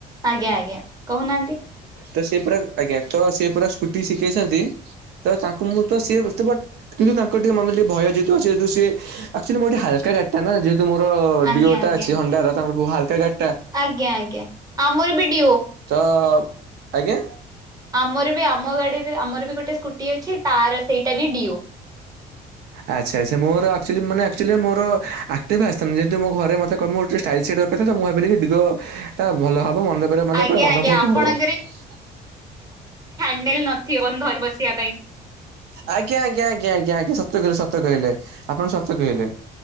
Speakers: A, on the right; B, on the right.
A: ଆଜ୍ଞା ଆଜ୍ଞା କହୁନାହାନ୍ତି।
B: ତ ସେ ପୁରା ଆଜ୍ଞା ତ ସେ ପୁରା ସ୍କୁ ଟି ଶିଖିଯାଇଛନ୍ତି ତ ତାଙ୍କୁ ମୁଁ ତ ସେ ବଟ୍ କିନ୍ତୁ ତାଙ୍କ ଟିକେ ମନେ ଟିକେ ଭୟ ଯେହେତୁ <unintelligible> ସେ ଆକଚ୍ୟୁଲି ମୁଁ ଗୋଟେ ହାଲକା ଗାଡ଼ି ଟା ନା ଯେହେତୁ ମୋର
A: ଆଜ୍ଞା
B: ଡିଓଟା
A: ଆଜ୍ଞା
B: ଅଛି ହଣ୍ଡାର ତାଙ୍କୁ ହାଲକା ଗା
A: ଆଜ୍ଞା ଆଜ୍ଞା ଆମର ବି ଡିଓ।
B: ତ ଆଜ୍ଞା।
A: ଆମର ବି ଆମ ଗାଡ଼ିରେ ଆମର ବି ଗୋଟେ ସ୍କୁଟି ଅଛି ତାର ସେଇଟା ବି ଡିଓ।
B: ଆଚ୍ଛା ଆଚ୍ଛା ମୋର ଆକଚ୍ୟୁଲି ମାନେ ଆକଚ୍ୟୁଲି ମୋର ଆକ୍ଟିଭା ଆସିନ୍ତାତା ଯେହେତୁ ମୋ ଘରେ ମତେ ମୋର ଟିକେ ଷ୍ଟା <unintelligible> ମୁଁ ଭାବିଲି କି ଦିଗ ଟା ଭଲ ହବ। <unintelligible> ମାନେ
A: ଆଜ୍ଞା
B: ପୁରା <unintelligible>
A: ଆଜ୍ଞା ଆପଣଙ୍କର ବିଲ୍ ନଥିବ ବନ୍ଧୁ ଧରି ବସିବା ପାଇଁ।
B: ଆଜ୍ଞା ଆଜ୍ଞା ଆଜ୍ଞା ଆଜ୍ଞା ସତ କହିଲେ ସତ କହିଲେ ଆପଣ ସତ କହିଲେ।